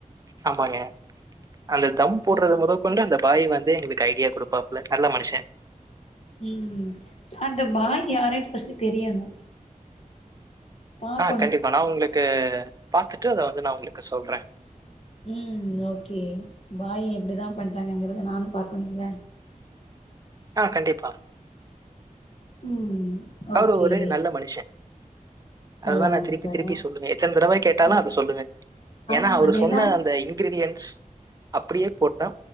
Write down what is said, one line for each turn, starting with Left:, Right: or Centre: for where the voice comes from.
Right: ஆமாங்க அந்த தம் போடுறது
Left: ம்
Right: மொதொ கொண்டு அந்த பாய் வந்து எங்களுக்கு ஐடியா குடுப்பாப்ல நல்ல மனுஷ
Left: ம் அந்த பாய் யாருன்னு ஃபஸ்ட் தெரியணு பாக்கணு
Right: ஆ கண்டிப்பா நா உங்களுக்கு பாத்துட்டு அத வந்து நா உங்களுக்கு சொல்றே
Left: ம் ஓகே பாய் எப்டிதா பண்றாங்கங்கறத நானு பாக்கணும்ல
Right: ஆ கண்டிப்பா
Left: ம் ஓகே
Right: அவரு ஒரு நல்ல மனுஷ அதுதா
Left: நல்ல
Right: நா
Left: மனசு
Right: திருப்பி திருப்பி சொல்லுவே எத்தன தடவ கேட்டாலு
Left: ம்
Right: அத சொல்லுவே ஏனா
Left: ஆமா
Right: அவர்
Left: அதேதா
Right: சொன்ன அந்த இன் கிரீடியன்ஸ் அப்டியே போட்டா